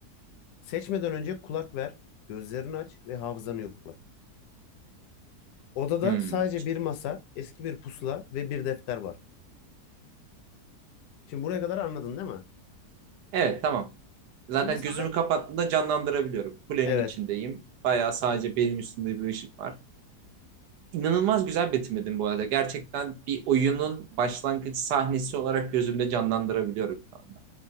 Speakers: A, on the left; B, on the right.
A: Seçmeden önce kulak ver, gözlerini aç ve hafızanı yokla. Odada
B: Hmm.
A: sadece bir masa, eski bir pusula ve bir defter var. Şimdi buraya kadar anladın değil mi?
B: Evet tamam. Zaten
A: Şimdi sana
B: gözümü kapattığımda canlandırabiliyorum. Kulenin
A: evet.
B: içindeyim. Bayağı sadece benim üstümde bir ışık var. İnanılmaz güzel betimledin bu arada. Gerçekten bir oyunun başlangıç sahnesi olarak gözümde canlandırabiliyorum şu anda.